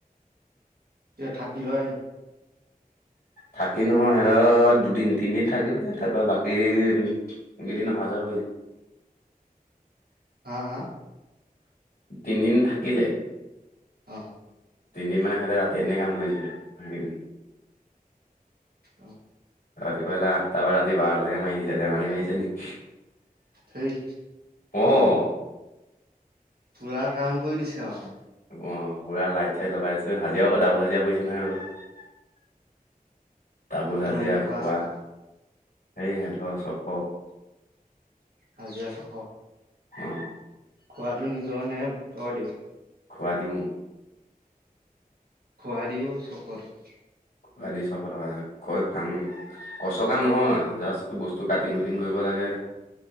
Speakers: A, on the right (about 90°); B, on the left (about 80°).
A: যে থাকি লয়?
B: ৰাখিলোঁ মই সিহঁতত দুদিন- তিনিদিন থাকিলে তাৰ পৰা বাকী এই কেইদিন অহা-যোৱা কৰিলে।
A: হা-হা?
B: তিনিদিন থাকিলে।
A: অ'।
B: তিনিদিনমানে সিহঁতে ৰাতি এনে কাম কৰিছিলে সেইকেইদিন।
A: অ'।
B: ৰাতিপুৱা লা আঠ তাৰ পৰা ৰাতি বাৰলৈকে মাৰি দিছে ধেমালি মাৰিছে নি
A: ঠেই
B: অঁ!
A: পুৰা কাম কৰি দিছে আৰু আমাক
B: অ পুৰা লাইট-চাইট লগাইছো হাজিৰা আকৌ ডাবোল হাজিৰা পৰিছে নহয় আকৌ তামোল
A: কিমান
B: হাজিৰা
A: দিয় পাঁচশ
B: খোৱা সেই হেতৰ চব
A: হাজিৰা ছয়শ
B: অ
A: খোৱাটো নিজৰ নে তই দিয়।
B: খোৱা দিওঁ
A: খোৱা দিও ছশ টকা
B: বাকী ছয়শ টকা কৰে কাম কষ্ট কাম নহয় জাষ্ট বস্তু কাটিং কুটিং কৰিব লাগে।